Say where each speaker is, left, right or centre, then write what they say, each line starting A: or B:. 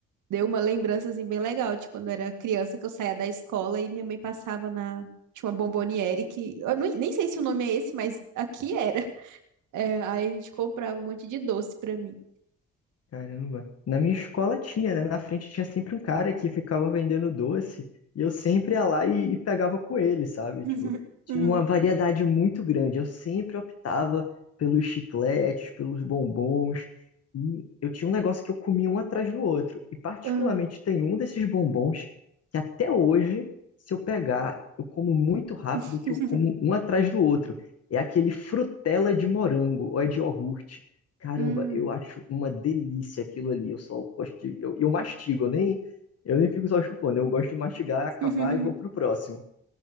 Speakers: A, on the right (about 80°); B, on the left (about 55°).
A: Deu uma lembrança, assim, bem legal de quando eu era criança, que eu saía da escola e minha mãe passava na... Tinha uma bomboniere que... Eu nem nem sei se o nome é esse, mas aqui era. É, aí a gente comprava um monte de doce pra mim.
B: Caramba. Na minha escola tinha, né? Na frente tinha sempre um cara que ficava vendendo doce e eu sempre ia lá e, e pegava com ele, sabe?
A: <laughs>
B: Tipo, tinha
A: Hum,
B: uma variedade muito grande. Eu sempre optava pelos chicletes, pelos bombons. E eu tinha um negócio que eu comia um atrás do outro. E particularmente
A: ah,
B: tem um desses bombons que até hoje, se eu pegar, eu como muito rápido
A: <laughs>
B: que eu como um atrás do outro. É aquele frutela de morango ou é de iogurte. Caramba,
A: hum.
B: eu acho uma delícia aquilo ali. Eu só gosto de. Eu, eu mastigo, eu nem, eu nem fico só chupando. Eu gosto de mastigar, acabar
A: <laughs>
B: e vou pro próximo.